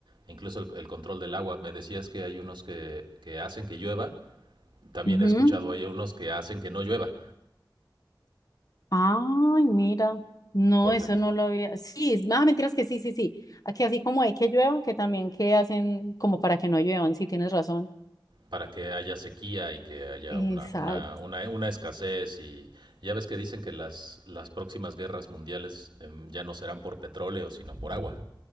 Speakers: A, on the right; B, on the left.
A: incluso el, el control del agua. Me decías que hay unos que, que hacen que llueva, también
B: Ujú.
A: he escuchado hay unos que hacen que no llueva,
B: Ay, mira. No,
A: porque
B: eso no lo había. Sí, es más mentiras que sí, sí, sí. Aquí así como hay que lluevan, que también que hacen como para que no lluevan, sí, tienes razón.
A: para que haya sequía y que haya
B: Exacto.
A: una, una, una, una escasez. Y ya ves que dicen que las, las próximas guerras mundiales eh, ya no serán por petróleo, sino por agua.